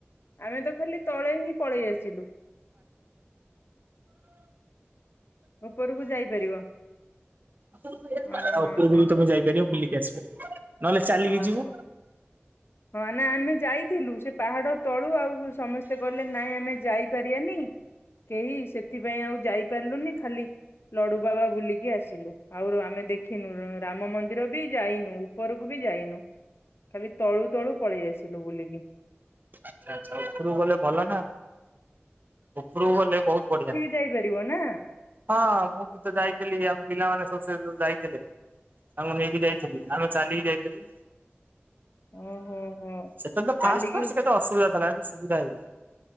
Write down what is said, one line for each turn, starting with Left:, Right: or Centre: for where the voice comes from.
Left: ଆମେ ତ ଖାଲି ତଳେ ହିଁ ପଳେଇ ଆସିଲୁ ଉପରକୁ ଯାଇପାରିବ।
Right: ତା
Left: ହଁ ହଁ
Right: ଉପରକୁ
Left: ହଁ।
Right: ତମେ ଯାଇପାରିବ ବୁଲିକି ଆସିପାରିବ। ନହେଲେ ଚାଲିକି
Left: ଓହୋ।
Right: ଯିବୁ
Left: ହଁ ଆମେ ଆମେ ଯାଇଥିଲୁ ସେପାହାଡ଼ ତଳୁ ଆଉ ସମସ୍ତେ କହିଲେ ନାଇଁ ଆମେ ଯାଇପାରିବାନି କେହି ସେଥିପାଇଁ ଆଉ ଯାଇପାରିଲୁନି ଖାଲି ଲଡ଼ୁବାବା ବୁଲିକି ଆସିଲୁ ଆଉରୁ ଆମେ ଦେଖିନୁ ରାମ ମନ୍ଦିର ବି ଯାଇନୁ ଉପରକୁ ବି ଯାଇନୁ ଖାଲି ତଳୁ ତଳୁ ପଳେଇ ଆସିଲୁ ବୁଲିକି।
Right: ଆଚ୍ଛା ଆଚ୍ଛା ଉପରକୁ ଗଲେ ଭଲନା ଉପରକୁ ଗଲେ ବହୁତ୍ ବଢ଼ିଆ।
Left: ଯାଇପାରିବନା?
Right: ହଁ ମୁଁ ବିତ ଯାଇଥିଲି ଆମେ ପିଲାମାନେ ସବୁ ସେଉପରକୁ ଯାଇଥିଲେ ଆମେ ନେଇକି ଯାଇଥିଲି ଆମେ ଚାଲିକି ଯାଇଥିଲୁ
Left: ଓହୋ ହୋ
Right: ସେତେବେଳେତ
Left: ଚାଲିକି
Right: ଫାଷ୍ଟେ ଫାଷ୍ଟେ କେ ତ ଅସୁବିଧାଥିଲା ଏବେ ସୁବିଧା ହେଇଗଲାଣି।